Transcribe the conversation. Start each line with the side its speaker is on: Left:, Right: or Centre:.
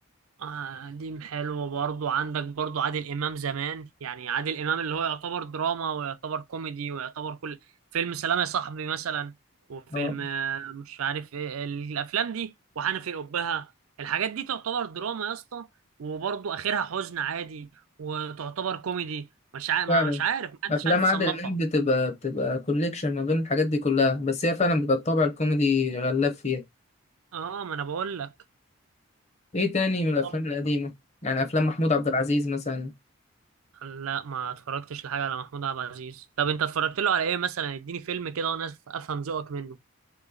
Right: قديم حلو برضو عندك برضو عادل إمام زمان يعني عادل إمام اللي هو يعتبر دراما ويعتبر كوميدي ويعتبر كل فيلم سلام يا صاحبي مثلا وفيلم
Left: اه
Right: آه، مش عارف إيه الأفلام دي وحنفي الأبهة الحاجات دي تعتبر دراما يا اسطى وبرضو آخرها حزن عادي وتعتبر كوميدي مش عارف
Left: فعلا
Right: مش عارف محدش
Left: افلام
Right: عارف يصنفها
Left: عادل امام بتبقى بتبقى كوليكشن ما بين الحاجات دي كلها بس هي فعلا بتبقى الطابع الكوميدي غلاب فيها
Right: اه ما انا بقول لك
Left: ايه تاني من الافلام
Right: طب
Left: القديمه يعني افلام محمود عبد العزيز مثلا
Right: لا ما اتفرجتش لحاجة على محمود عبد العزيز طب انت اتفرجت له على ايه مثلا اديني فيلم كده وانا افهم ذوقك منه